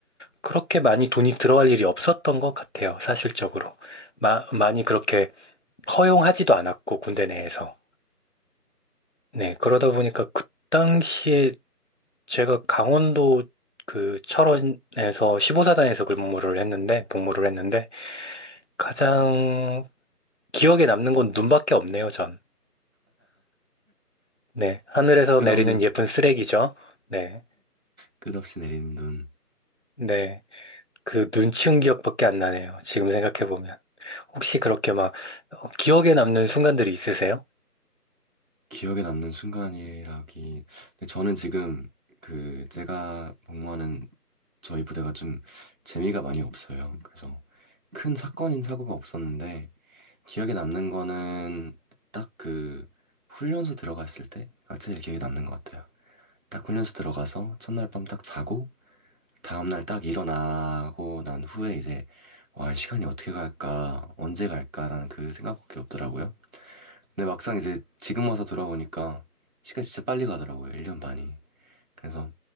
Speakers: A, on the left; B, on the right.
A: 그렇게 많이 돈이 들어갈 일이 없었던 것 같아요, 사실적으로. 마- 많이 그렇게 허용하지도 않았고, 군대 내에서. 네. 그러다 보니까 그 당시에 제가 강원도 그 철원에서 15사단에서 근무를 했는데, 복무를 했는데, 가장 기억에 남는 건 눈밖에 없네요, 전. 네. 하늘에서
B: 끝없는,
A: 내리는 예쁜 쓰레기죠. 네.
B: 끝없이 내리는 눈.
A: 네. 그 눈치운 기억밖에 안 나네요. 지금 생각해보면. 혹시 그렇게 막 어, 기억에 남는 순간들이 있으세요?
B: 기억에 남는 순간이라기. 근데 저는 지금 그 제가 복무하는 저희 부대가 좀 재미가 많이 없어요. 그래서 큰 사건인 사고가 없었는데 기억에 남는 거는 딱 그 훈련소 들어갔을 때가 제일 기억에 남는 것 같아요. 딱 훈련소 들어가서 첫날 밤 딱 자고 다음날 딱 일어나고 난 후에 이제 와, 이 시간이 어떻게 갈까, 언제 갈까라는 그 생각밖에 없더라고요. 근데 막상 이제 지금 와서 돌아보니까 시간이 진짜 빨리 가더라고요. 1년 반이. 그래서